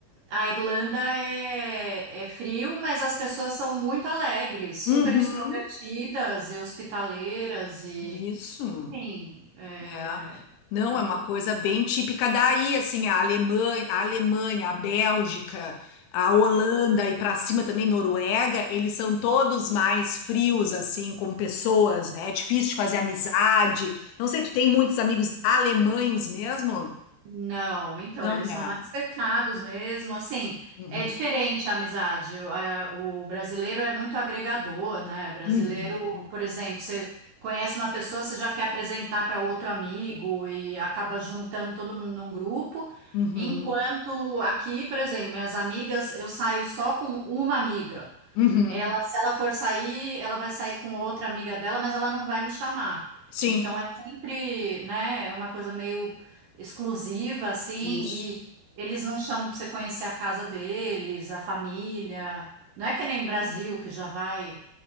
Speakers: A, on the right; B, on the left.
A: A Irlanda é, é frio, mas as pessoas são muito alegres, super
B: Uhum,
A: extrovertidas e hospitaleiras, e
B: isso,
A: enfim, é,
B: é. Não,
A: é uma
B: é uma
A: loucura.
B: coisa bem típica daí, assim, a Alemanha, a Alemanha, a Bélgica, a Holanda e para cima também Noruega, eles são todos mais frios, assim, como pessoas, né? É difícil de fazer amizade. Não sei, tu tem muitos amigos alemães mesmo?
A: Não, então,
B: Não,
A: eles são
B: é.
A: mais fechados mesmo, assim,
B: Uhum,
A: é diferente a amizade. O a- o brasileiro é muito agregador, né? Brasileiro,
B: uhum,
A: por exemplo, você conhece uma pessoa, você já quer apresentar para outro amigo e acaba juntando todo mundo num grupo.
B: uhum,
A: Enquanto aqui, por exemplo, minhas amigas, eu saio só com uma amiga.
B: uhum.
A: Ela, se ela for sair, ela vai sair com outra amiga dela, mas ela não vai me chamar.
B: Sim,
A: Então é sempre, né, é uma coisa meio exclusiva, assim,
B: isso.
A: e eles não chamam pra você conhecer a casa deles, a família. Não é que nem Brasil, que já vai